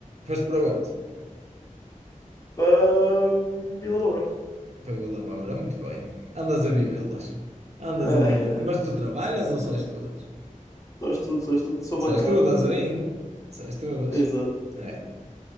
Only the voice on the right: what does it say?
Foste para onde?
Para Vila Moura, muito bem. Andas a vivê-las. Andas
a viver. Mas tu trabalhas ou só estudas?
Só estudas ainda. Só estudas.
É.